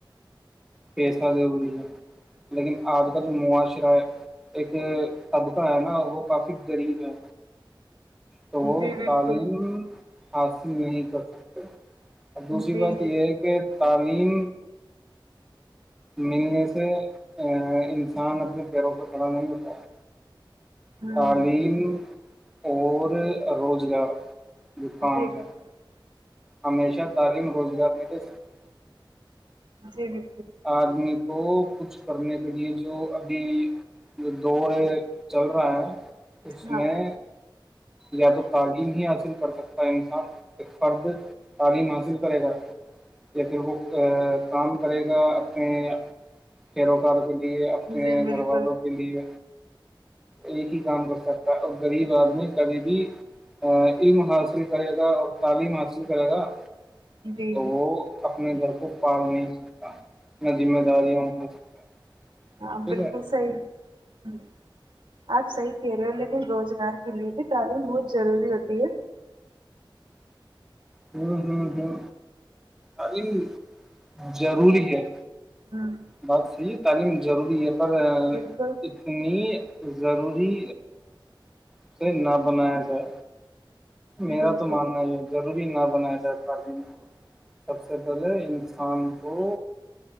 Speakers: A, in the centre; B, on the right (about 70°).
A: پیسہ ضروری ہے لیکن آج کال جو معاشرہ ایک طبقہ ہے نا وہ کافی غریب ہے تو
B: جی بالکل
A: تعلیم حاصل نہیں کر سکتے دوسری
B: جی
A: بات یہ
B: جی
A: ہے کہ تعلیم ملنے سے انسان اپنے پیروں پ کھڑا نہیں ہوتا ہے
B: ہوں
A: تعلیم اور روزگار جو کام
B: جی بالکل
A: ہے ہمیشہ تعلیم روزگار نہیں دے سکتی
B: جی جی
A: ادمی کو کچھ کرنے کے لیے جو ابھی دور چل رہا ہے اس
B: ہاں
A: میں یا تو تعلیم ہی حاصل کر سکتا ہے انسان ایک فرد تعلیم حاصل کرے گا یا پھر وہ کام کرے گا اپنے کھییر وکار کے لیے اپنے
B: جی بالکل
A: گھر والوں کے لیے ایک ہی کام کر سکتا ہے اور غریب آدمی کبھی بھی علم حاصل کرے گا اور تعلیم حاصل کرے گا
B: جی
A: تو
B: جی
A: وہ اپنے گھر کو پال نہیں سکتا نہ ذمہ داریاں ہو سکتا
B: ہاں
A: ٹھیک
B: بالکل
A: ہے
B: صحی جی آپ صحی کہہ رہے ہو روزگار کے لیے بھی تعلیم بہت ضروری ہوتی ہے
A: ہوں ہوں ہوں ابم ضروری ہے
B: ہوں
A: بات صحیح ہے تعلیم ضروری ہے پر
B: بالکل
A: اتنی ضروری اسے نہ بنایا جائے
B: بالکل
A: میرا تو ماننا ہی ہے ضروری نہ بنایا جائے تعلیم کو سب سے پہلے انسان کو